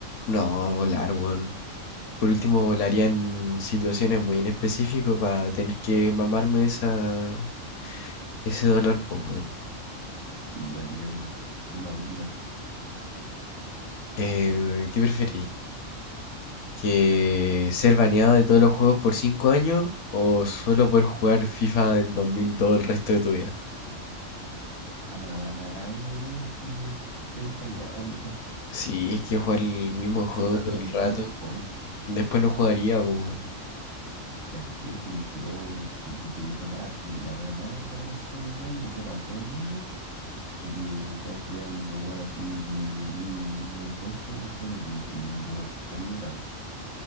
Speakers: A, on the left; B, on the right.
A: No, volar, weón. Por último, volaría en situaciones muy en específico para tener que mamarme esa, Ese dólar, pues, weón.
B: Sí, igual diría lo mismo. Es más útil igual.
A: Eh, ¿qué preferís? ¿Que ser baneado de todos los juegos por 5 años o solo poder jugar FIFA del 2002 el resto de tu vida?
B: Ah, yo creo que ser baneado nomás.
A: Sí, es que jugar el mismo juego
B: FIFA
A: todo
B: dos
A: el
B: mil dos
A: rato.
B: muy fome.
A: Después no jugaría, pues, weón.
B: Ya, que eres feliz que todo tu, se- tu secreto más y la wea más veremos que tengáis y lo sepan todo el mundo. O que todos crean un rumor así que eres un buen tonto sobre ti, así un rumor terrible falso.